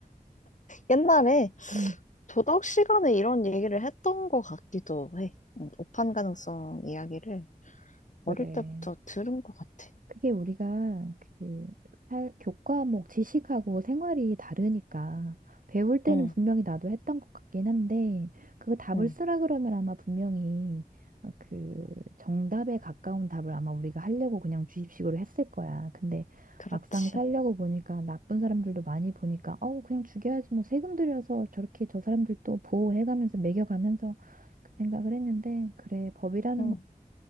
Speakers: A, on the left; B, on the right.
A: 옛날에
B: 음.
A: 도덕 시간에 이런 얘기를 했던 것 같기도 해. 음, 오판 가능성 이야기를 어릴
B: 그래.
A: 때부터 들은 것 같아.
B: 그게 우리가 그 살, 교과목 지식하고 생활이 다르니까 배울 때는
A: 응,
B: 분명히 나도 했던 것 같긴 한데 그거 답을
A: 응,
B: 쓰라 그러면 아마 분명히 그 정답에 가까운 답을 아마 우리가 하려고 그냥 주입식으로 했을 거야. 근데
A: 그렇지.
B: 막상 살려고 보니까 나쁜 사람들도 많이 보니까 어 그냥 죽여야지 뭐 세금 들여서 저렇게 저 사람들 또 보호해가면서 매겨가면서 그 생각을 했는데 그래 법이라는
A: 응,
B: 거